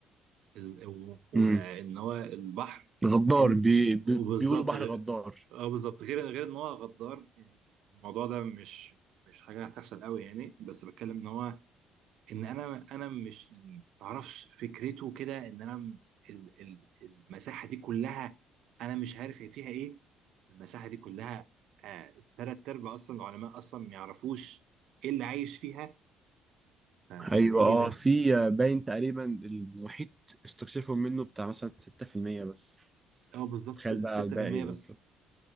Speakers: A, on the right; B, on the right.
A: ال- و- وان
B: يعني
A: هو البحر
B: غدار
A: انت
B: بي بي
A: وبالظبط
B: بيقولوا بحر
A: غ-
B: غدار
A: اه بالظبط غير غير ان هو غدار يعني الموضوع ده مش مش حاجه هتحصل قوي يعني بس بتكلم ان هو ان انا انا مش يعني ما اعرفش فكرته كده ان انا م- ال- ال- المساحه دي كلها انا مش عارف هي فيها ايه المساحه دي كلها آه تلات ارباع اصلا العلماء اصلا ما يعرفوش ايه اللي عايش فيها فانا
B: ايوه
A: ايه لي
B: اه
A: ناس
B: في باين تقريبا المحيط استكشفوا منه بتاع مثلا 6% بس
A: اه بالظبط
B: تخيل
A: 6%
B: بقى على الباقي بس
A: بس